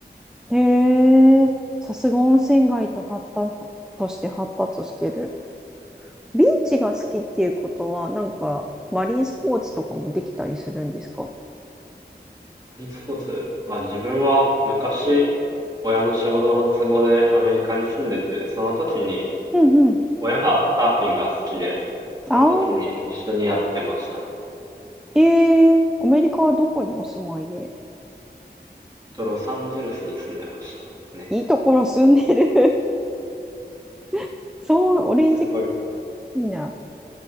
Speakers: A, in the centre; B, on the right (about 20°).
A: ん。へえ、さすが温泉街と発達として発達してる。ビーチが好きっていうことは、なんか、マリンスポーツとかもできたりするんですか
B: マリンスポーツは自分は昔親の仕事の都合でアメリカに住んでて、その時に
A: うんうん。
B: 親がサーフィンが好きで、
A: ああ、
B: その時に一緒にやってましたね。
A: えー、アメリカはどこにお住まいで
B: とロサンゼルスに住んでましたね。
A: いいところ住んでる <laughs> そう、オレンジ、
B: すごい
A: いいな。